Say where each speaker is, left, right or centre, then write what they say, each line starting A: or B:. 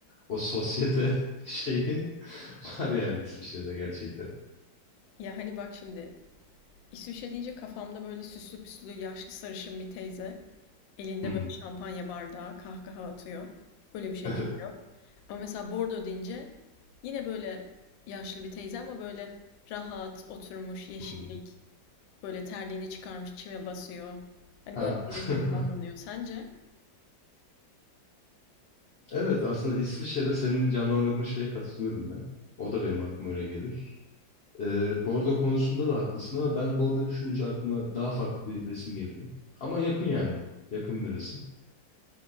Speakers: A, on the left; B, on the left.
A: O sosyete <laughs> şeyi var yani İsviçre'de gerçekten.
B: Ya hani bak şimdi İsviçre deyince kafamda böyle süslü püslü yaşlı sarışın bir teyze elinde
A: Hı hı.
B: böyle şampanya bardağı kahkaha atıyor. Böyle bir şey
A: Evet.
B: geliyor. Ama mesela Bordeaux deyince yine böyle yaşlı bir teyze ama böyle rahat oturmuş yeşillik
A: Hı hı.
B: böyle terliğini çıkarmış çime basıyor. Hani
A: Ha.
B: böyle
A: <laughs>
B: bir resim canlanıyor sence?
A: Evet aslında İsviçre'de senin canlandırdığın şeye katılıyorum ben. O da benim aklıma öyle gelir. Ee, Bordo konusunda da haklısın ama ben Bordo düşününce aklıma daha farklı bir resim geliyor. Ama yakın yani. Yakın bir resim.